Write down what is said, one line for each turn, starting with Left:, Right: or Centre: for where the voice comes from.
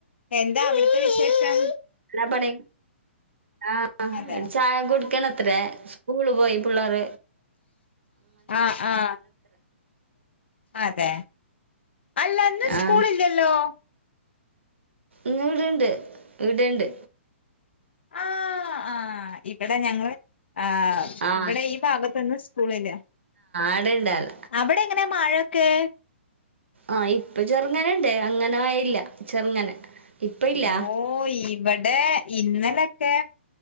Left: എന്താ അവിടുത്തെ വിശേഷം
Right: എല്ലാ പണ ആ
Left: അതെ
Right: ചായ കുടിക്കണത്ര സ്കൂള് പോയി പിള്ളേർ
Left: ആ ആ അതെ അല്ലന്ന്
Right: ആ
Left: സ്കൂള്ല്ലല്ലോ
Right: ഇ ഇവിടയണ്ട് ഇടെണ്ട്
Left: ആ ആ ഇവടെ ഞങ്ങള് ആ
Right: ആ
Left: വടെ ഈ ഭാഗത്തൊന്നും സ്കൂള്ല്ല
Right: അടണ്ടാല
Left: അവിടെ എങ്ങനാ മഴൊക്കെ
Right: ആ ഇപ്പൊ ചെറുങ്ങനണ്ട് അങ്ങനെ മഴല്ല ചെറുങ്ങനെ ഇപ്പൊ
Left: അയ്യോ
Right: ഇല്ല
Left: ഇവിടെ ഇന്നലൊക്കെ